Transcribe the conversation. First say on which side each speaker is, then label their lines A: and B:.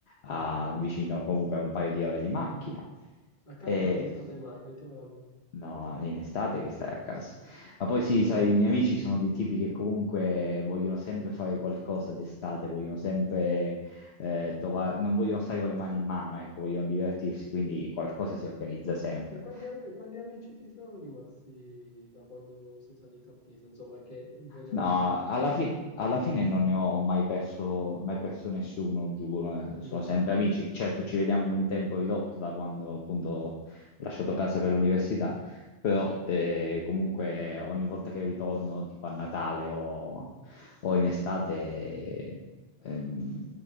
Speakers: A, on the left; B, on the left.
A: a
B: Mm.
A: vicino, comunque un paio di ore di macchina.
B: Quindi a casa
A: E...
B: non ci state mai, mettiamola così.
A: No, in estate che stai a casa. Ma poi sì,
B: No,
A: sai, i miei amici sono dei tipi che comunque vogliono sempre
B: Per
A: fare
B: uscire.
A: qualcosa d'estate, vogliono sempre eh, trovare, non vogliono stare con le mani in mano, ecco, vogliono divertirsi, quindi qualcosa
B: E,
A: si organizza sempre.
B: e quanti, am- e quanti amici si sono rimasti da quando sei salito a Pisa? Insomma, che veri amici
A: No,
B: di giù.
A: alla fi- alla fine non ne ho mai perso, mai perso nessuno, giuro. eh.
B: Mm.
A: Sono sempre amici. Certo, ci vediamo in un tempo ridotto da quando appunto ho lasciato casa per l'università, però eh, comunque ogni volta che ritorno, tipo a Natale o, o in estate, ehm,